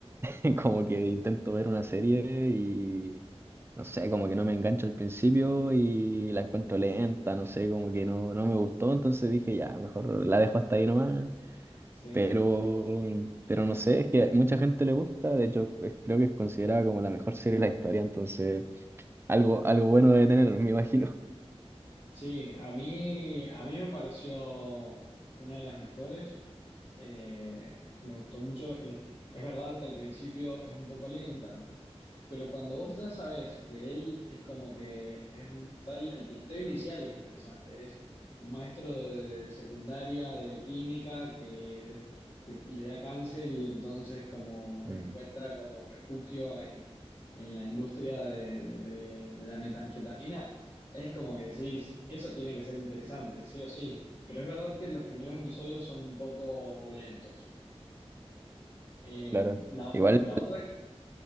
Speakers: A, on the right; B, on the left.
A: mm, <laughs> Como que intento ver una serie y no sé, como que no me engancho al principio y la encuentro lenta, no sé, como que no, no me gustó, entonces dije ya, mejor la dejo hasta ahí nomás.
B: Sí.
A: Pero, pero no sé, es que mucha gente le gusta, de hecho es- creo que es considerada como la mejor serie de la historia, entonces algo, algo bueno debe tener, <laughs> me imagino.
B: Sí, a mí, a mí me pareció una de las mejores. Eh, me gustó mucho. Eh, Es verdad que al principio es un poco lenta, pero cuando vos ya sabés que él es como que es un, ya el, el planteo inicial es interesante. Es un maestro de, de secundaria de química que, que le da cáncer y entonces como
A: Mm,
B: encuentra como refugio en, en la industria de de- de la metanfetamina. Es como que decís, eso tiene que ser interesante, sí o sí. Pero es verdad que los primeros episodios son un poco lentos. Eh,
A: claro.
B: la,
A: Igual.
B: la otra,